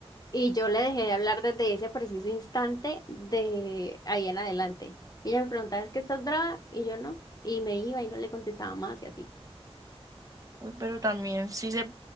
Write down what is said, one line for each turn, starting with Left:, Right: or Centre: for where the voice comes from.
Left: Y yo le dejé de hablar desde ese preciso instante de ahí en adelante. Y Ella me preguntaba, ¿es que estás brava? Y yo no. Y me iba y no le contestaba más y así.
Right: Uy, pero también sí se